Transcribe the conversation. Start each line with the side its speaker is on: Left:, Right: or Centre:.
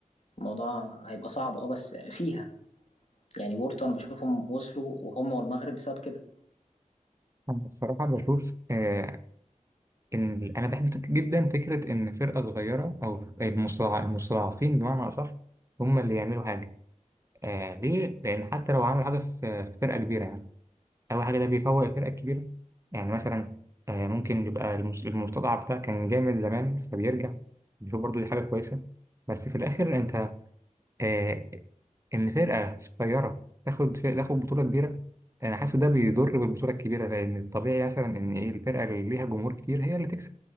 Left: الموضوع هيبقى صعب اه بس فيها يعني بورتو انا بشوفهم وصلوا وهم والمغرب بسبب كده
Right: أنا الصراحة بشوف
Left: يعني
Right: آه، إن أنا بحب فك- جدا فكرة إن فرقة صغيرة أو المستضع- المستضعفين بمعنى أصح هم اللي يعملوا حاجة آه ليه؟ لأن حتى لو عملوا حاجة في في فرقة كبيرة يعني أول حاجة ده بيفوق الفرقة الكبيرة يعني مثلا آه ممكن يبقى المس- المستضعف ده كان جامد زمان فبيرجع بيشوف برضو دي حاجة كويسة بس في الآخر أنت آه ان فرقه صغيره تاخد تاخد بطوله كبيره انا حاسس ده بيضر بالبطوله الكبيره لان الطبيعي مثلا ان ايه الفرقه اللي ليها جمهور كتير هي اللي تكسب